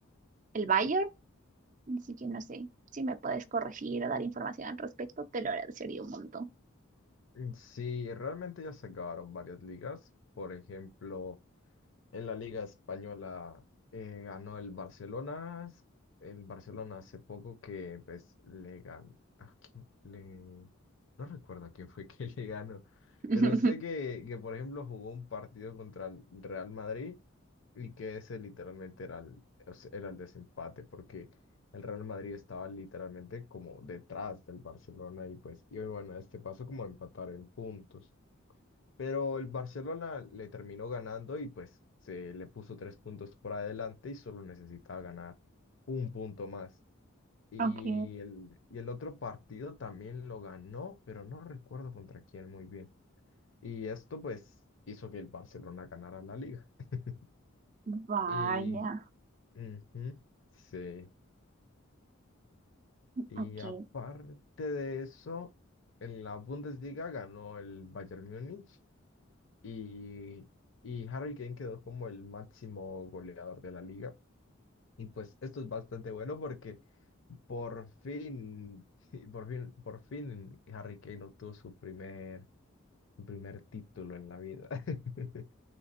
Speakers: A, on the right (about 35°); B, on the left (about 65°).
A: el Bayern, así que no sé si me puedes corregir o dar información al respecto, te lo agradecería un montón.
B: Mm, Sí, realmente ya se acabaron varias ligas. Por ejemplo, En la Liga Española eh, ganó el Barcelona. El Barcelona hace poco que pues le ganó. ¿A quién le... No recuerdo a quién fue que <laughs> le ganó.
A: <laughs>
B: Pero sé que, que, por ejemplo, jugó un partido contra el Real Madrid y que ese literalmente era el, o sea, era el desempate porque el Real Madrid estaba literalmente como detrás del Barcelona y pues, y bueno, este pasó como a empatar en puntos. Pero el Barcelona le terminó ganando y pues se le puso tres puntos por adelante y solo necesitaba ganar un punto más. Y
A: Ok,
B: el, y el otro partido también lo ganó, pero no recuerdo contra quién muy bien. Y esto pues hizo que el Barcelona ganara la liga. <laughs>
A: vaya,
B: Y ujú, sí. Y
A: ok,
B: aparte de eso, en la Bundesliga ganó el Bayern Múnich y, y Harry Kane quedó como el máximo goleador de la liga. Y pues esto es bastante bueno porque por fin, <laughs> sí, por fin, por fin Harry Kane obtuvo su primer, su primer título en la vida. <laughs>